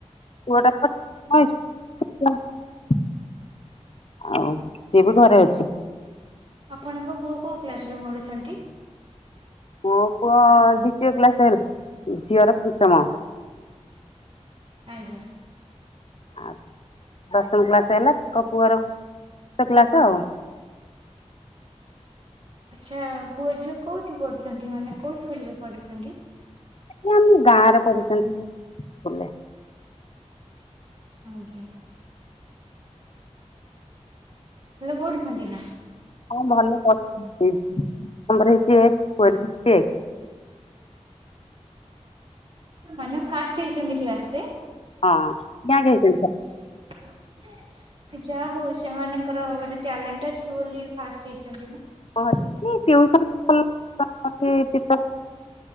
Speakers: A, on the left (about 55°); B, on the right (about 50°).
A: ପୁଅ ଟା ତ
B: ଆଜ୍ଞା
A: ହଁ ଇସ <unintelligible> ଆଉ ସିଏ ବି ଘରେ ଅଛି।
B: ଆପଣଙ୍କ ପୁଅ କୋଉ କ୍ଲାସ ରେ ପଢୁଚନ୍ତି?
A: ମୋ ପୁଅ ଦ୍ଵିତୀୟ କ୍ଲାସ ହେଲା ଝିଅର ପଞ୍ଚମ।
B: ଆଜ୍ଞା।
A: ଆଉ ଦଶମ କ୍ଲାସ ହେଲା ତାଙ୍କ ପୁଅର ଚତୁର୍ଥ କ୍ଲାସ ଆଉ।
B: ଆଚ୍ଛା ପୁଅ ଝିଅ କୋଉଠି ପଢ଼ୁଚନ୍ତି, ମାନେ କୋଉ ସ୍କୁଲରେ ପଢ଼ୁଚନ୍ତି?
A: ଏଇ ଆମ ଗାଁରେ ପଢୁୁଛନ୍ତି ସ୍କୁଲରେ।
B: ଆଜ୍ଞା ଭଲ ପଢୁଛନ୍ତି ନା?
A: ହଁ ଭଲ ପଢ଼ <unintelligible> ନମ୍ୱର୍ ହେଇଚି ଏକ ପୁଅର ବି ଏକ।
B: ମାନେ ଫାଷ୍ଟ ହେଇଚନ୍ତି କ୍ଲାସ୍ ରେ?
A: ହଁ ର୍ୟାଙ୍କ ହେଇଛନ୍ତି।
B: <inaudible> ଯାହା ହଉ ସେମାନଙ୍କର ଗୋଟେ ଟ୍ୟାଲେଣ୍ଟ ଅଛି ବୋଲି ଫାଷ୍ଟ ହେଇଚନ୍ତି ନା।
A: ଟିଉସନ୍ <unintelligible>